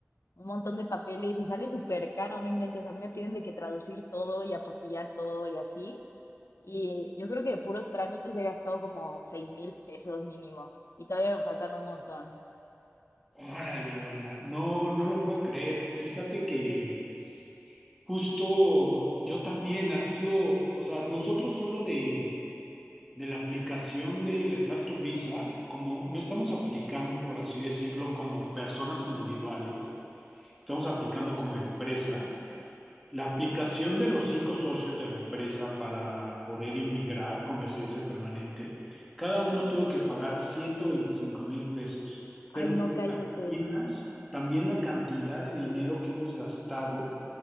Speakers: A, on the left; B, in the centre.
A: un montón de papeles y sale súper caro, no inventes, a mí me piden de que traducir todo y apostillar todo y así. Y yo creo que de puros trámites he gastado como seis mil pesos mínimo y todavía me faltan un montón.
B: Órale, Ivana, no, no lo puedo creer. Fíjate que justo yo también ha sido, o sea, nosotros solo de de la aplicación del Startup Visa, como no estamos aplicando, por así decirlo, como personas individuales, estamos aplicando como empresa. La aplicación de los cinco socios de la empresa para poder inmigrar con residencia permanente, cada uno tuvo que pagar 125 mil pesos. Pero
A: Ay,
B: no
A: no,
B: te
A: cállate.
B: imaginas también la cantidad de dinero que hemos gastado